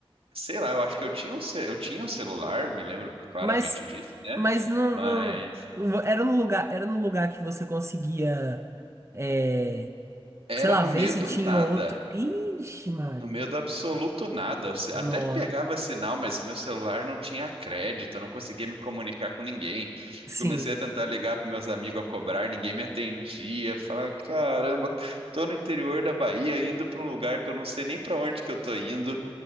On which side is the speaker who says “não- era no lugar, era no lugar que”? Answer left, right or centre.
Right